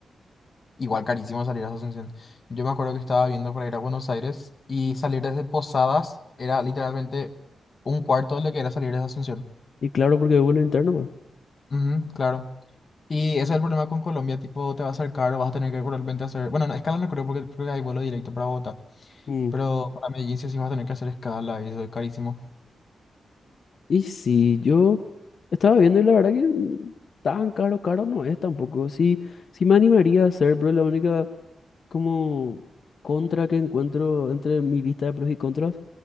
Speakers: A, on the left; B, on the left.
A: Igual carísimo salir a Asunción. Yo me acuerdo que estaba viendo para ir a Buenos Aires y salir desde Posadas era literalmente un cuarto de lo que era salir desde Asunción.
B: Y claro, porque es vuelo interno, pues.
A: Ujú, claro. Y ese es el problema con Colombia, tipo, te va a ser caro, vas a tener que realmente hacer... Bueno, no, escala no creo porque creo que hay vuelo directo para Bogotá,
B: Mm,
A: pero para Medellín sí, sí vas a tener que hacer escala y eso es carísimo.
B: Y sí, yo estaba viendo y la verdad que mm, tan caro, caro no es tampoco. Sí, sí me animaría a hacer, pero la única como contra que encuentro entre mi lista de pros y contras